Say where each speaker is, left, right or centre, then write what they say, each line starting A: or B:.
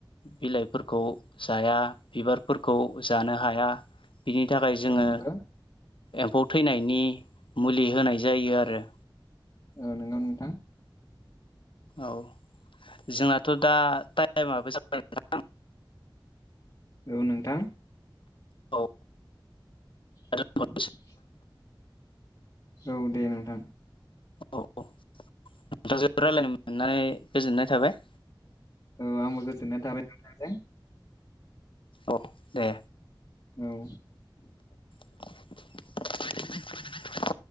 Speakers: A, on the left; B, on the left.
A: बिलाइ फोरखौ जाया बिबारफोरखौ जानो हाया बिनि थाखाय जोङो
B: औ नंगौ
A: एम्फौ थैनायनि मुलि होनाय जायो आरो
B: औ नोंगौ नोंथां
A: औ जोंनाथ' दा टाइमाबो जाबाय नोंथां
B: औ नोंथां
A: औ
B: <inaudible>
A: दोनथ'नोसै
B: औ दे नोंथां
A: औ नोंथांजों रायज्लायनो मोननानै गोजोननाय थाबाय
B: औ आंबो गोजोननाय थाबाय नोंथांजों
A: अ दे
B: औ।
A: <inaudible>